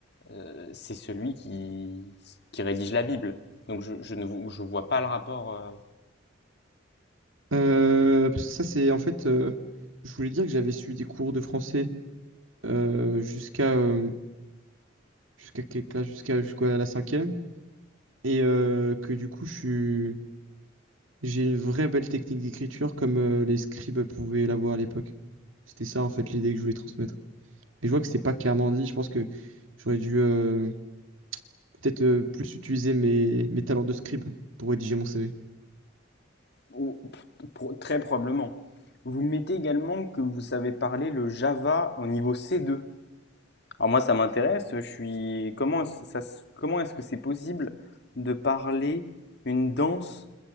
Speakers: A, on the left; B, on the right.
A: euh, c'est celui qui, qui rédige la Bible. Donc je, je ne vo- je vois pas le rapport. euh.
B: Euh, parce que ça, c'est en fait, euh, je voulais dire que j'avais suivi des cours de français euh, jusqu'à. euh, jusqu'à quelle classe? Jusqu'à jusqu'à la cinquième. Et euh, que du coup, je suis... j'ai une vraie belle technique d'écriture comme euh, les scribes pouvaient l'avoir à l'époque. C'était ça, en fait, l'idée que je voulais transmettre. Et je vois que c'était pas clairement dit. Je pense que j'aurais dû euh, peut-être euh, plus utiliser mes, mes talents de scribe pour rédiger mon CV.
A: Ou- p- pro- très probablement. Vous mettez également que vous savez parler le Java au niveau C2. Alors moi, ça m'intéresse. Je suis comment est-ce- ça se- comment est-ce que c'est possible de parler une danse